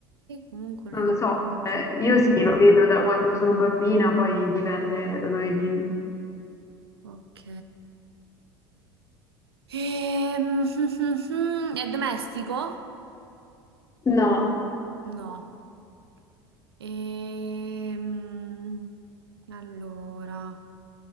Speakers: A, on the right; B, on the left.
A: comunque
B: Non
A: lo vedo
B: lo so,
A: in
B: cioè,
A: giro.
B: io sì, lo vedo da quando sono bambina, poi dipende da dove vivi.
A: Ok. Ehm, <laughs> È domestico?
B: No,
A: No. Ehm, Allora,